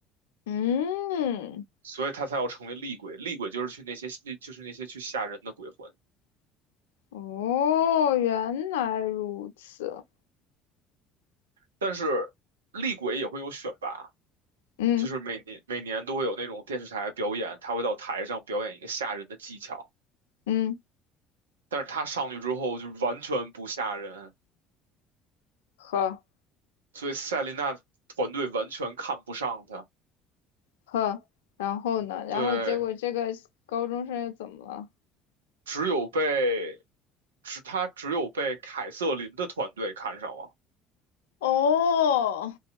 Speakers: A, on the left; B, on the right.
A: 嗯，
B: 所以他才要成为厉鬼。厉鬼就是去那些，就是那些去吓人的鬼魂。
A: 哦，原来如此。
B: 但是厉鬼也会有选拔，
A: 嗯
B: 就是每年每年都会有那种电视台表演，他会到台上表演一个吓人的技巧。
A: 嗯，
B: 但是他上去之后就完全不吓人，
A: 呵
B: 所以赛琳娜团队完全看不上他。
A: 呵，然后呢？然后结果这个高中生又怎么了？
B: 对，只有被，只他只有被凯瑟琳的团队看上了。
A: 哦，